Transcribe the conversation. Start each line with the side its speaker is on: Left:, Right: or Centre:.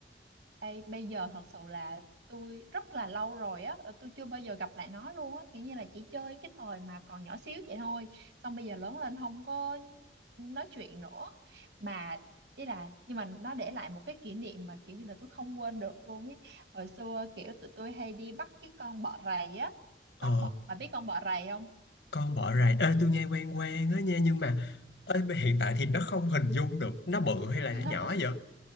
Right: Ê, bây giờ thật sự là tôi rất là lâu rồi á, ờ, tôi chưa bao giờ gặp lại nó luôn á, kiểu như là chỉ chơi cái thời mà còn nhỏ xíu vậy thôi, xong bây giờ lớn lên không có nói chuyện nữa, mà ý là nhưng mà nó để lại một cái kỷ niệm mà kiểu như là tôi không quên được luôn ấy. Hồi xưa kiểu tụi tôi hay đi bắt cái con bọ rầy á,
Left: ờ
Right: con bọ, bà biết con bọ rầy không?
Left: con bỏ rày ê tôi nghe quen quen á nha nhưng mà ê, hiện tại thì nó không hình dung được nó bự hay là
Right: <laughs>
Left: nó nhỏ vậy